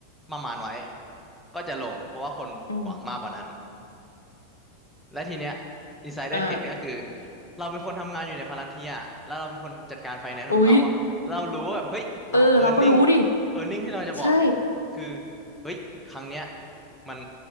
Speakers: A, in the centre; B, on the left (about 80°).
A: ประมาณไว้ก็จะลงเพราะว่าคนหวังมากกว่านั้น
B: อืม
A: และทีเนี้ย insider
B: เออ
A: trade ก็คือเราเป็นคนทำงานอยู่ในพาลันเทียแล้วเราเป็นคนจัดการไฟแนนซ์ของเขาอ่ะเรารู้ว่าแบบเฮ้ยอ้าว
B: อุ๊ยเออเราก็รู้ดิ
A: earning earning ที่เราจะบอกเนี่ยคือ
B: ใช่
A: เฮ้ยครั้งเนี้ยมัน